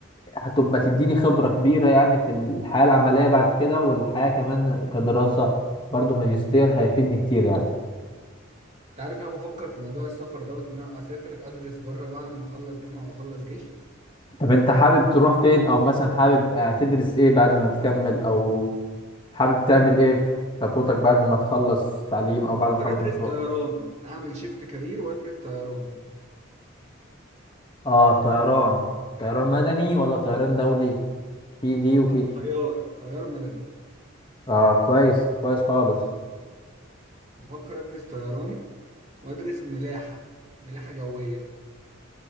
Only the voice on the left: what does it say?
آه، هتبقى تديني خبره كبيره يعني في الحياه العمليه بعد كده والحياه كمان كدراسه برضو ماجستير هيفيدني كتير يعني
طب انت حابب تروح فين او مثلا حابب آه، تدرس ايه بعد ما تكمل او حابب تعمل ايه في خطوتك بعد ما تخلص تعليم او
بعد ما تخلص
مشروع
اه طيران طيران مدني ولا طيران دولي في دي وفي
دي
اه كويس كويس خالص